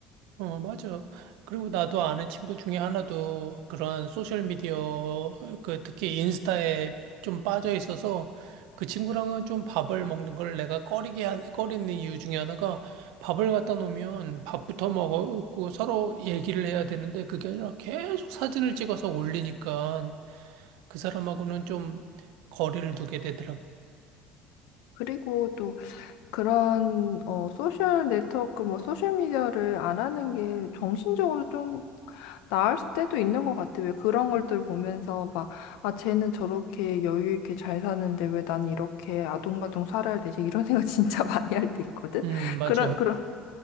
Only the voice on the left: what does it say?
그리고 또 그런, 어, 소셜 네트워크, 뭐, 소셜미디어를 안 하는 게 정신적으로 좀 나을 때도 있는 것 같아. 왜 그런 것들 보면서 막, 아, 쟤는 저렇게 여유 있게 잘 사는데 왜 나는 이렇게 아동바동 살아야 되지? 이런 생각 진짜 <laughs> 많이 할 때 있거든?
그런, 그런,